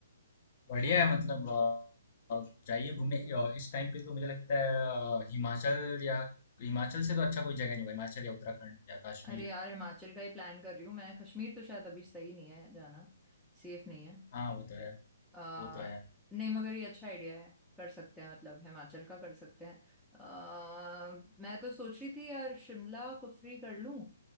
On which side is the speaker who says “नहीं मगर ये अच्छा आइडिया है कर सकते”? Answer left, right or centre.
Centre